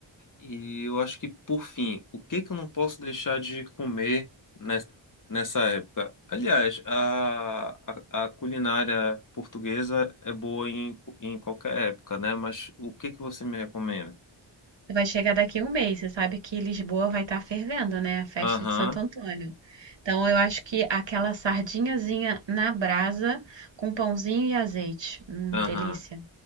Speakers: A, on the left; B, on the right.
A: E eu acho que, por fim, o que que eu não posso deixar de comer nes- nessa época? Aliás, a, a, a culinária portuguesa é boa em, em qualquer época, né? Mas o que que você me recomenda?
B: Vai chegar daqui um mês. Você sabe que Lisboa vai estar fervendo, né? A festa
A: Aham,
B: de Santo Antônio. Então, eu acho que aquela sardinhazinha na brasa com pãozinho e azeite. Hum,
A: aham.
B: delícia.